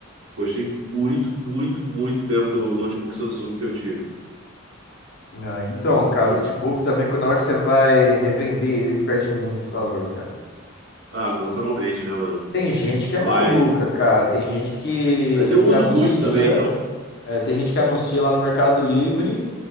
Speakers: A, on the right (about 75°); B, on the left (about 55°).
A: gostei muito, muito, muito mesmo do notebook Samsung que eu tive.
B: Ah, então, cara,
A: tá ligado?
B: o notebook também, na hora que você vai revender ele, ele perde muito valor, cara.
A: Ah, naturalmente, né, mano?
B: Tem gente que é maluca,
A: Mas.
B: cara. Tem gente que,
A: Mas eu
B: que
A: uso
B: anuncia,
A: muito também, então.
B: é, tem gente que anuncia lá no Mercado Livre,